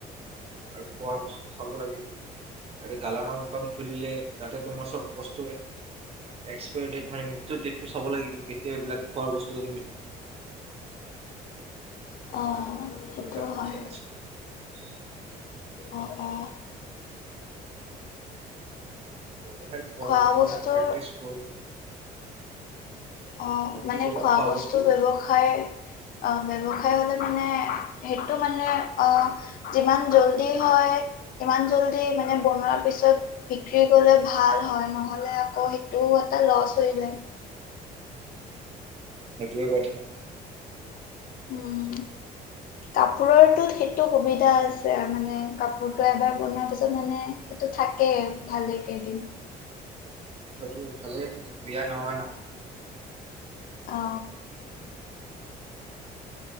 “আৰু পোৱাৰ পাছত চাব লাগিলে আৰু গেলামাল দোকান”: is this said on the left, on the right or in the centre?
Right